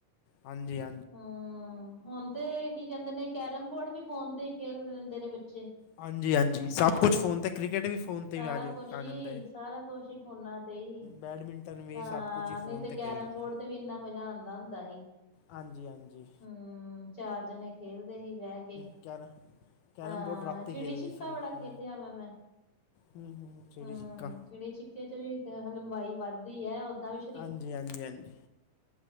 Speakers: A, on the left; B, on the left.
A: ਹਾਂਜੀ ਹਾਂ
B: ਹੂੰ, ਹੁਣ ਤੇ ਕੀ ਕੈੰਦੇ ਨੇ ਕੈਰਮ ਬੋਰਡ ਵੀ ਫੋਨ ਤੇ ਈ ਖੇਲ ਦਿੰਦੇ ਨੇ ਬੱਚੇ।
A: ਹਾਂਜੀ-ਹਾਂਜੀ ਸਭ
B: ਅੱਗੇ
A: ਕੁਛ ਫ਼ੋਨ ਤੇ ਕ੍ਰਿਕਟ ਵੀ ਫੋਨ
B: ਸਾਰਾ
A: ਤੇ ਵੀ ਆ ਜਾ
B: ਕੁਛ
A: ਆ
B: ਹੀ
A: ਜਾਂਦਾ।
B: ਸਾਰਾ ਕੁਛ ਈ ਫੋਨਾ ਤੇ ਈ
A: ਬੈਡਮਿੰਟਨ ਵੀ
B: ਹਾਂ
A: ਸਭ ਕੁਝ ਹੀ
B: ਨਈ
A: ਫੋਨ
B: ਤੇ ਕੈਰਮ
A: ਖੇਲ ਲੈਂਦੇ
B: ਬੋਰਡ ਤੇ ਵੀ ਇੰਨਾ ਮਜ਼ਾ ਆਉਂਦਾ ਹੁੰਦਾ ਸੀ।
A: ਹਾਂਜੀ-ਹਾਂਜੀ।
B: ਹਮ ਚਾਰ ਜਣੇ ਖੇਲਦੇ ਹੀ ਬੈ ਕੇ।
A: <unintelligible> ਕੈਰਮ
B: ਹਾਂ
A: ਬੋਰਡ ਰਾਤੀ
B: ਚਿੜੀ
A: ਖੇਲਦੇ
B: ਛਿੱਕਾ
A: ਸੀ
B: ਬੜਾ
A: ਹੂੰ
B: ਖੇਲਿਆ ਵਾ ਮੈਂ।
A: ਹੂੰ ਹੂੰ ਚਿੜੀ
B: ਹਮ
A: ਛਿੱਕਾ
B: ਚਿੜੀ ਛਿੱਕੇ ਚ ਵੀ ਲੰਬਾਈ ਵੱਧਦੀ ਹੈ ਓਦਾਂ ਵੀ
A: ਹਾਂਜੀ ਹਾਂਜੀ ਹਾਂਜੀ